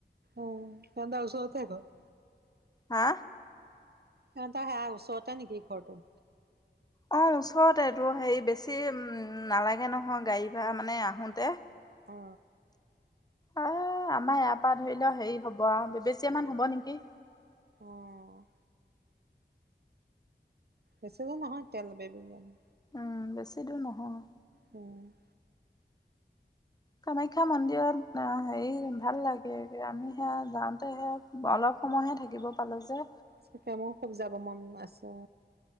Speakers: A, on the right; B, on the left.
A: উম সিহঁতৰ ওচৰতে ঘৰ।
B: হা
A: সেহঁতে সেয়া ওচৰতে নেকি ঘৰটো।
B: অঁ ওচৰতে তোৰ হেৰি বেছি নালাগে নহয় গাড়ী- ভাড়া মানে আহোঁতে
A: অ
B: অ আমাৰ ইয়াৰ পৰা ধৰি লও হেৰি হ'ব বেবেচিয়ে মান হব নেকি?
A: অঁ বেছি দূৰ নহয় তেল বেবেজান
B: উম বেছি দূৰ নহয়
A: উম
B: কামাখ্যা মন্দিৰত হেৰি ভাল লাগে আমি সেয়া যাওঁতে সেয়া অলপ সময়হে থাকিব পালো যে
A: চাকে মোৰ খুব যাব মন আছে